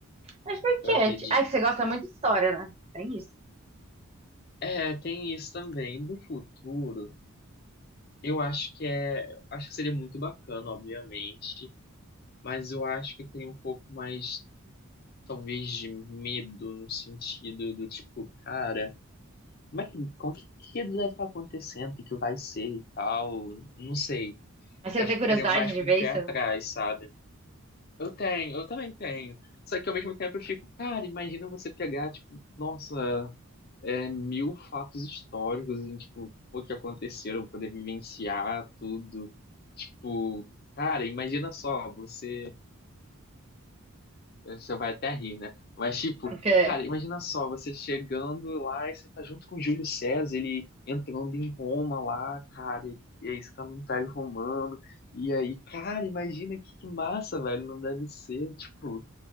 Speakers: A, on the right (about 25°); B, on the left (about 45°).
A: Mas por
B: eu
A: quê?
B: acredito.
A: Ah, que você gosta muito de história, né? É isso.
B: É, tem isso também. do futuro, eu acho que é. Acho que seria muito bacana, obviamente. Mas eu acho que tem um pouco mais, talvez, de medo no sentido do tipo, cara. Como é que, com que, que deve estar acontecendo, o que, que vai ser e tal, não sei.
A: Mas você
B: Eu
A: não
B: acho
A: tem
B: que
A: curiosidade
B: ficaria mais
A: de
B: com
A: ver
B: o pé
A: isso?
B: atrás, sabe? Eu tenho, eu também tenho. Só que ao mesmo tempo eu fico, cara, imagina você pegar, tipo, nossa, é, mil fatos históricos, e, tipo, o que aconteceram, poder vivenciar tudo. Tipo, cara, imagina só, você Você vai até rir, né? Mas, tipo,
A: Porque.
B: cara, imagina só, você chegando lá e você tá junto com Júlio César, ele entrando em Roma lá, cara, e, e aí você tá no Império Romano, e aí, cara, imagina que, que massa, velho, não deve ser, tipo,